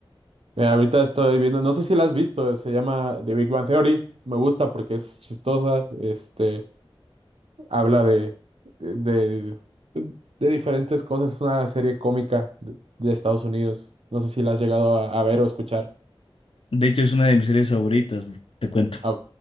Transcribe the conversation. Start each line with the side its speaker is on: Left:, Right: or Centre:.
Right: Mira, ahorita estoy viendo, no sé si la has visto, se llama The Big Bang Theory. Me gusta porque es chistosa. Este, habla de, de, de diferentes cosas. Es una serie cómica de, de Estados Unidos. No sé si la has llegado a, a ver o escuchar.
Left: De hecho, es una de mis series favoritas, te cuento.
Right: ¿A,